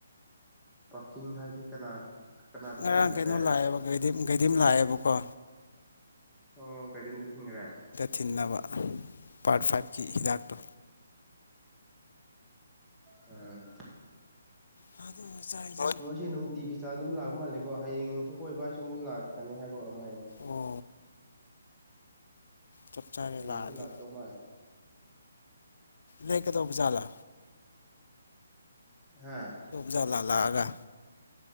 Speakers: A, in the centre; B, on the left.
A: ꯄꯥꯔꯀꯤꯡ ꯍꯥꯏꯗꯤ ꯀꯅꯥ ꯀꯅꯥꯗ
B: ꯉꯔꯥꯡ
A: ꯊꯤꯡꯈꯔꯒꯦ
B: ꯀꯩꯅꯣ ꯂꯥꯛꯑꯦꯕ ꯒꯥꯏꯗꯤꯝ ꯒꯥꯏꯗꯤꯝ ꯂꯥꯛꯑꯦꯕꯀꯣ
A: ꯑꯣ ꯒꯥꯥꯏꯗꯤꯝꯗ ꯊꯤꯟꯒꯔꯦ
B: ꯊꯤꯅꯕ ꯄꯥꯔꯠ ꯐꯥꯏꯕꯀꯤ ꯍꯤꯗꯥꯛꯇꯣ
A: ꯎꯝ
B: inaudible
A: ꯑꯩꯁꯦ ꯅꯨꯡꯇꯤꯒꯤ ꯆꯥꯡ ꯑꯗꯨꯝ ꯂꯥꯛꯄ ꯃꯥꯜꯂꯦꯀꯣ ꯍꯌꯦꯡꯁꯨ ꯑꯩꯈꯣꯏ ꯏꯕꯥꯏ ꯁꯨ ꯑꯃꯨꯛ ꯂꯥꯛꯀꯅꯤ ꯍꯥꯏꯕ꯭ꯔ ꯀꯩꯅꯣꯝ ꯍꯥꯏꯅꯦ
B: ꯑꯣ ꯆꯞ ꯆꯥꯔꯦ
A: ꯍꯌꯦꯡꯁꯨ
B: ꯂꯥꯛꯑꯗꯤ
A: ꯂꯥꯛꯇꯧ ꯃꯥꯜꯂꯦ
B: ꯂꯩꯛꯀ ꯗꯧꯕ ꯖꯥꯠꯂ
A: ꯍꯥꯥ
B: ꯖꯥꯜꯂ ꯂꯥꯛꯑꯒ